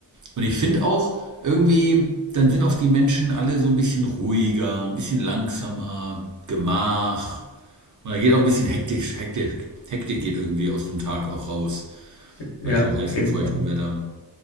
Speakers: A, on the right; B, on the left.
A: Und ich finde auch irgendwie, dann sind auch die Menschen alle so ein bisschen ruhiger, ein bisschen langsamer, gemach. Und da geht auch ein bisschen hektisch, hektisch. Hektik geht irgendwie aus dem Tag auch raus,
B: Ja,
A: bei so heißem,
B: auf jeden
A: feuchten
B: Fall.
A: Wetter.